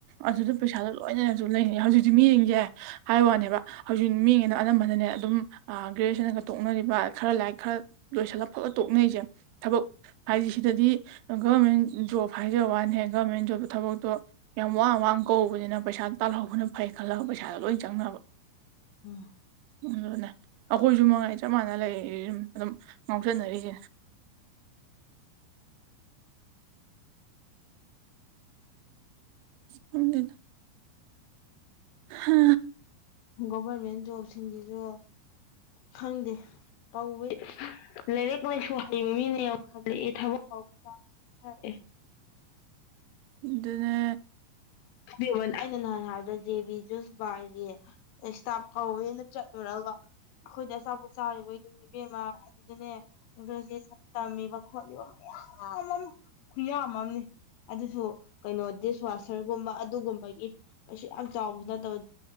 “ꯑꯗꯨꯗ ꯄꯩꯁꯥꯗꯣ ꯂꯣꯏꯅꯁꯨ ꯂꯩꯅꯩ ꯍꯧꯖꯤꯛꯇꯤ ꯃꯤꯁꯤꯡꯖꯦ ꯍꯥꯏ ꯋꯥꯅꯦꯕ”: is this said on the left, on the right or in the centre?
Right